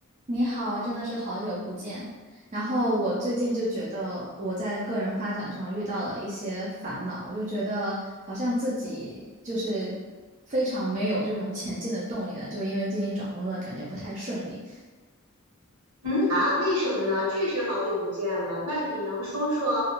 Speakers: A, on the right; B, on the right.
A: 你好，真的是好久不见。然后我最近就觉得我在个人发展上遇到了一些烦恼，我就觉得好像自己就是非常没有这种前进的动力了，就是因为最近找工作感觉不太顺利。
B: 嗯啊，为什么呢？确实好久不见了。那你能说说，